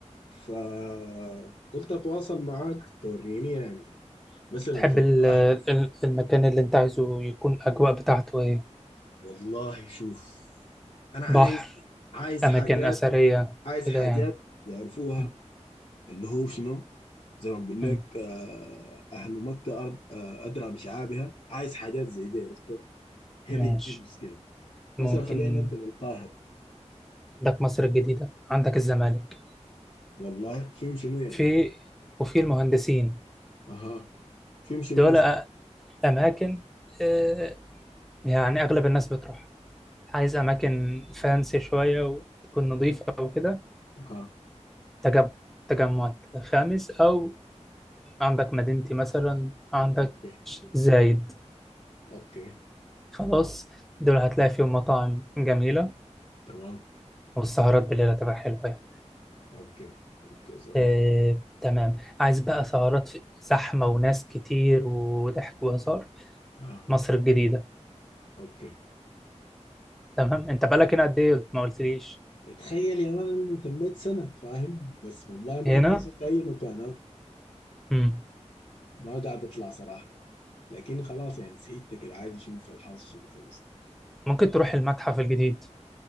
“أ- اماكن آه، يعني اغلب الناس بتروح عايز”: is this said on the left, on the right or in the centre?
Centre